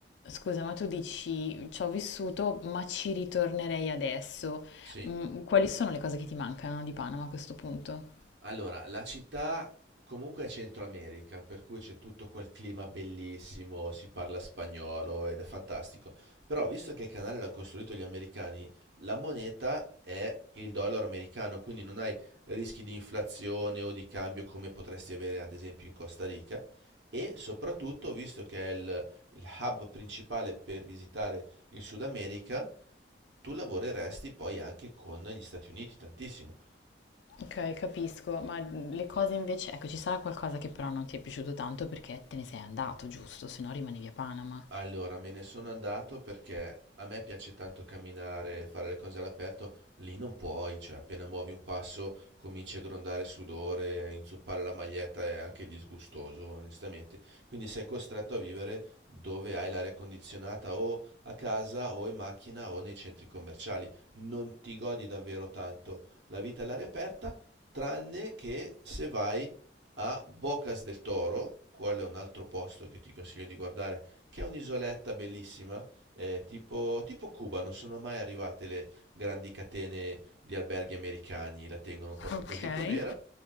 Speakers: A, on the left; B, on the right.
A: Scusa, ma tu dici ci ho vissuto, ma ci ritornerei adesso.
B: Sì,
A: Mm, Quali sono le cose che ti mancano di Panama a questo punto?
B: Allora, la città comunque è Centro America, per cui c'è tutto quel clima bellissimo, si parla spagnolo ed è fantastico. Però, visto che il canale l'hanno costruito gli americani, la moneta è il dollaro americano, quindi non hai rischi di inflazione o di cambio come potresti avere ad esempio in Costa Rica. E soprattutto, visto che è il, il hub principale per visitare il Sud America, tu lavoreresti poi anche con gli Stati Uniti tantissimo.
A: Ok, capisco, ma le cose invece, ecco, ci sarà qualcosa che però non ti è piaciuto tanto perché te ne sei andato, giusto? Se no rimanevi a Panama.
B: Allora, me ne sono andato perché a me piace tanto camminare, fare le cose all'aperto, lì non puoi, cioè appena muovi un passo cominci a grondare sudore, inzuppare la maglietta è anche disgustoso, onestamente. Quindi sei costretto a vivere dove hai l'aria condizionata o a casa o in macchina o nei centri commerciali. Non ti godi davvero tanto la vita all'aria aperta, tranne che se vai a Bocas del Toro, quello è un altro posto che ti consiglio di guardare che è un'isoletta bellissima, eh, tipo, tipo Cuba, non sono mai arrivate le grandi catene di alberghi americani, la tengono proprio
A: Ok.
B: così com'era.